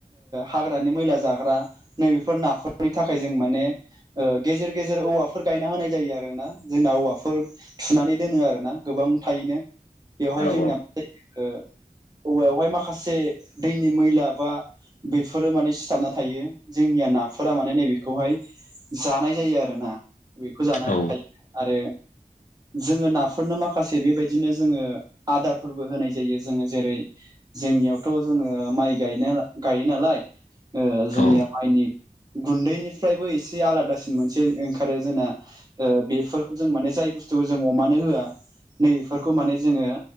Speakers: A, on the right; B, on the left.
A: हाग्रानि मैला जाग्रा नैबेफोर नाफोरनि थाखाय जों माने गेजेर गेजेर औवा फ फोर गायना होनाय जायो आरो ना जोंना औवाफोर थुनानै दोनो आरो ना गोबां थायैनो बेवहाय
B: औ
A: जोंनिया मा जायो औवायावहाय माखासे दैनि मैला बा बेफोरो माने सिथाबना थायो जोंनिया नाफोरा माने नैबेखौहाय जानाय जायो आरोोना बेखौ जानानै
B: औ
A: थायो आरो जोङो नाफोरनो माखासे बेबायदिनो जोङो आदारफोरबो होनाय जायो जोङो जेरै जोंनियावथ' जोङो माइ गायनो गायो नालाय जोंनिया
B: औ
A: आायनि गुन्दैनिफ्रायबो एसे आलादासिन मोनसे ओंखारो जोंना बेफोरखौ जों माने जाय बुस्थुखौ जों अमानो होआ नैफोरखौ माने जोङो